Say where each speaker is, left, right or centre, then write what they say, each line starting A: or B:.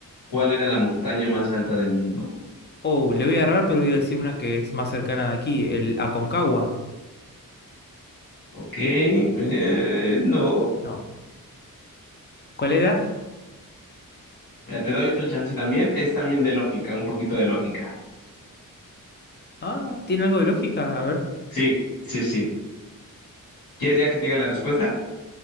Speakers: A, on the left; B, on the left.
A: ¿cuál era la montaña más alta del mundo?
B: Oh, le voy a errar, pero voy a decir una que es más cercana de aquí, el Aconcagua.
A: Ok, eh, no.
B: No. ¿Cuál era?
A: Mira, te doy otro chance también. Es también de lógica, un poquito de lógica.
B: Ah, tiene algo de lógica, a ver.
A: Sí, sí, sí. ¿Quieres ya que te diga la respuesta?